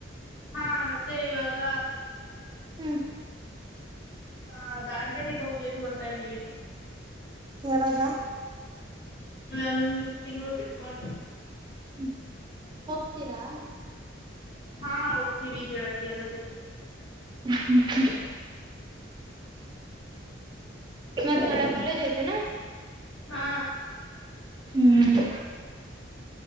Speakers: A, on the left; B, on the right.
A: ಹಾ ಮತ್ತೆ ಇವಾಗ
B: ಹ್ಮ
A: ಹ ದಾಂಡೇಲಿಗ್ ಹೋಗ್ಬೇಕು ಅಂತ ಇದೀವಿ
B: ಯಾವಾಗ
A: ಒಂದ ತಿಂಗಗಳು ಬಿಟ್ಕೊಂಡು
B: ಹ್ಮ ಹೋಗ್ತೀರಾ
A: ಹಾ ಹೋಗ್ತಿವಿ ಜಳತಿಯರ ಜೊತೆ
B: ಹ್ಮ ಹ್ಮ ಮತ್ತೆ ಒಳ ಕಲೇಜ್ ಹಐತೆ ನ
A: ಹಾ
B: ಹ್ಮ್